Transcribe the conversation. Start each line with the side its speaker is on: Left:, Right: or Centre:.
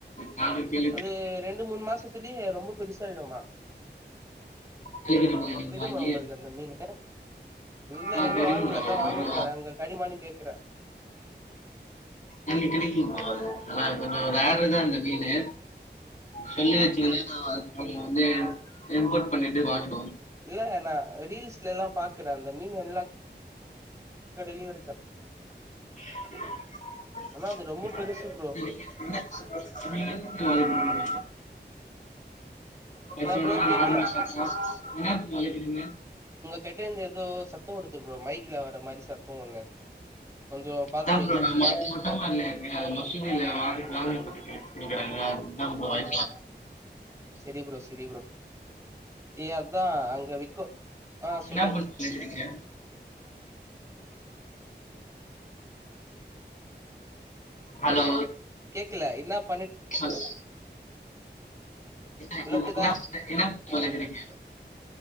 Left: நானு கேள்விப்பட்டே
Right: அது ரெண்டு மூன் மாசத்திலியே ரொம்ப பெருசு சரிதாமா
Left: கேள்விப்பட்டீங்களா நீங்க
Right: தெர்யுமா
Left: வாங்கி
Right: உங்கள்க்கு அந்த மீனு ஏ இல்ல
Left: ஆ
Right: ப்ரோ இன்னு
Left: தெரியும்
Right: வாங்கல
Left: ப்ரோ
Right: அதா வாங்க
Left: ஒரு
Right: போற அங்க கெடைக்காமானு கேக்குற
Left: அங்க கெடைக்கு அது ஆனா கொஞ்சோ ஒரு ரேருதா அந்த மீனு சொல்லி வெச்சிகினு ஆ அவுங்க வந்து இம்போட் பண்ணிட்டு வாங்க
Right: இல்ல நா ரீல்ஸ்ல எல்லா பாக்குற அந்த மீன் எல்லா கடையிலியு இருக்கு
Left: ஆ
Right: ஆனா அது ரொம்ப பெருசு ப்ரோ
Left: பச என்ன
Right: ப்ரோ கேக்கல
Left: என்னா மீன் வளக்குறீங்க
Right: கெட்டந்து ஏதோ சத்தோ வருது ப்ரோ மைக்ல வர்ற மாரி சத்தோ ஒண்ணு கொஞ்சோ பாத்து
Left: அதா ப்ரோ
Right: இருங்க
Left: நா மொ மொட்ட மாடில இருக்கற அதா மசூதில ஆடர் ஆடரு போட்டுருக்கே. குடுக்குறாங்க அதுதா ப்ரோ வாய்ஸ்
Right: செரி ப்ரோ செரி ப்ரோ ஏ அதா அங்க விக்கு ஆ ஸ்
Left: என்னா பூன வளக்குறீங்க ஹலோ
Right: கேக்கல என்னப்
Left: அது
Right: இப்ப
Left: என்னா பூன
Right: ஓகேதா
Left: என்னா வளக்கறீங்க